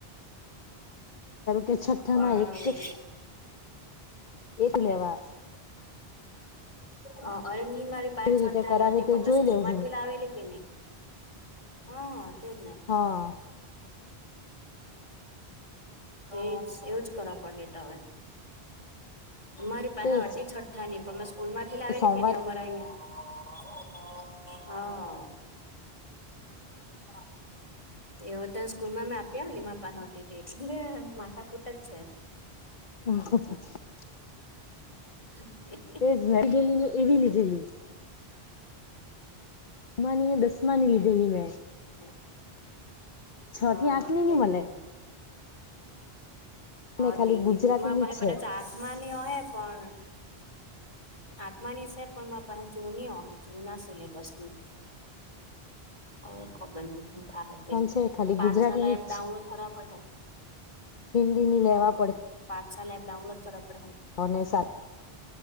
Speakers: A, on the left; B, on the left.
A: કે છઠ્ઠામાં
B: હા
A: એક
B: <unintelligible>
A: એક લેવાય
B: હ અરે નિ મારી પાંચ
A: કેવી
B: છઠ્ઠા
A: રીતે કરાવે
B: ની હતી
A: તો
B: પણ
A: જોઈ
B: સ્કૂલ
A: લેવ
B: માંથી
A: હું
B: લાવેલી કે નહી હા તોજને
A: હા
B: એજ એવુંજ કરવા પડ ટા હવે મારી પાસે
A: તેજ
B: હટી છઠ્ઠાની પણ મેં સ્કૂલ માંથી લાવેલી
A: સોમવાર
B: કે નહી અમારા અહિયાં હા હા એ ઓ તો સ્કૂલમાં મે આપ્યાલી માર પાહે હતી એટલે માતા કૂટ જ છે
A: <unintelligible>
B: <unintelligible>
A: તે જ <unintelligible> ને એવી લીધેલી મા દસમા ની લીધેલી મેં
B: <unintelligible>
A: છ
B: હા
A: થીયાત નહી
B: તેજ
A: નની મલે
B: ને હા
A: ને ખાલી
B: તે
A: ગુજરાતીની
B: માં પસે
A: જ છે
B: કદાચ આઠમાની હ પણ આત્માની છે પણ પાસે જૂની હો જૂના સિલેબસ ની. ઓ ખબર ન હ ઉઠા હ તે.
A: છે ખાલી
B: પાછ
A: ગુજરાતીની
B: સાલા એપ
A: જ
B: ડાઉનલોડ
A: છે
B: કરવા પડે.
A: હિન્દીની લેવા
B: હ, પાંચ સાલ એપ ડાઉનલોડ કરવા પડે.
A: અને સા